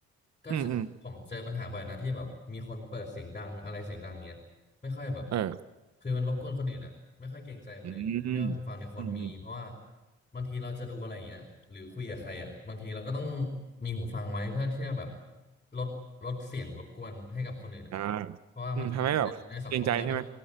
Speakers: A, on the left (about 25°); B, on the right (about 60°).
A: ก็จะผมเจอปัญหาบ่อยนะที่แบบมีคนเปิดเสียงดังอะไรเสียงดังเงี้ย
B: อืมอืม
A: ไม่ค่อยแบบ
B: เออ
A: คือมันรบกวนคนอื่นอ่ะไม่ค่อยเกรงใจคนอื่นผมคิดว่าหูฟังเนี่ยควรมีเพราะว่า
B: อืมต้อืม
A: บางทีเราจะดูอะไรอย่างเงี้ยหรือคุยกับใครอ่ะบางทีเราก็ต้องมีหูฟังไว้เพื่อที่จะแบบลดลดเสียงรบกวนให้กับคนอื่นอ่ะ
B: อ่า
A: เพราะว่ามันในในสังคมด้วยเนาะ
B: อืมทำให้แบบเกรงใจใช่ไหม